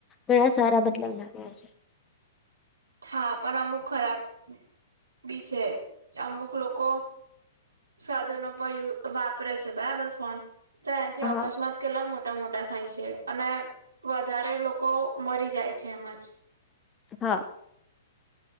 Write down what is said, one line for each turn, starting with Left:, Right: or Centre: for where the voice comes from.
Left: ઘણા સારા બદલાવ લાવ્યા છે.
Right: હા પણ અમુક ખરાબ બી છે અમુક લોકો સાધનો પર યુ વાપરે છે બરાબર ફોન તો એનથી
Left: હા
Right: અકસ્માત કેટલા મોટાં-મોટાં થાય છે અને વધારે લોકો મરી જાય છે એમજ.
Left: હા.